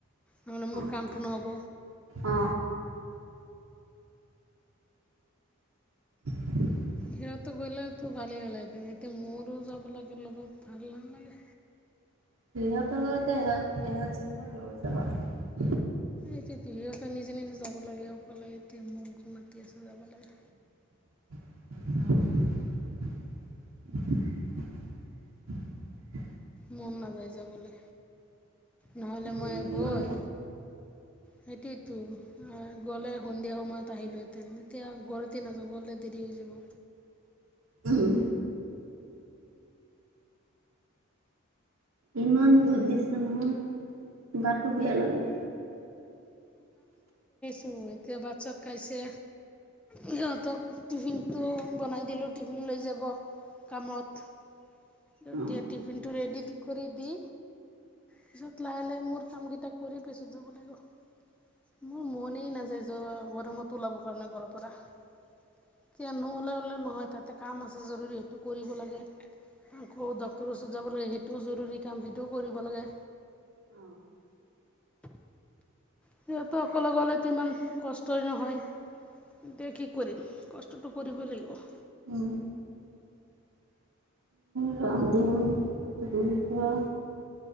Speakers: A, in the centre; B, on the right.
A: নহ'লে মোৰ
B: অ
A: কামটো নহ'ব।
B: অ উ <inaudible>
A: সিহঁতো গ'লেতো ভালেই হ'লতে এতিয়া মোৰো যাব লাগে লগত ভাল নালাগে।
B: সিহতে এহজ কি লৈ যাবা <unintelligible>
A: এইটোৱেইটো হিতে নিজে-নিজে যাব লাগে আৰু। এতিয়া মোক মাতি আছে যাব লাগে।
B: <inaudible>
A: মন নাযায় যাবলে নহলে
B: ইমান
A: মই গৈ সেইটোয়তো গ'লে সন্ধিয়া সময়ত আহিলোহেতেন এতিয়া ঘৰতে নাযাওঁ ঘৰতে দেৰি হৈ যাব।
B: উম, ইমান ৰদ দিচে নহয় গাটো বেয়া লাগিল।
A: ত এতিয়া ভাত চাত খাইছে। সিহতক টিফিনটো বনাই দিলো টিফিন লৈ যাব। কামততিয়া
B: অ
A: টিফিনটো ৰেডি কৰি দি। পিছত লাহে-লাহে মোৰ কাম কেইটা কৰি পিছত যাব লাগিব। মোৰ মনেই নাযায় য গৰমতো ওলাব কাৰণে ঘৰৰ পৰা। এতিয়া লগলে লেও নহয় তাতে কাম আছে জৰুৰী সেইটো কৰিব লাগে। আকৌ ডক্টৰৰ ওচৰত যাব লাগে সেইটোও জৰুৰী কাম সেইটোও কৰিব লাগে।
B: অ',
A: সিহঁততো অকলে গলেতো ইমান কষ্টই নহয়। দে কি কৰিম কষ্টটো কৰিবই লাগিব।
B: উম, ৰামধিন তুপুৰী কৰাৰা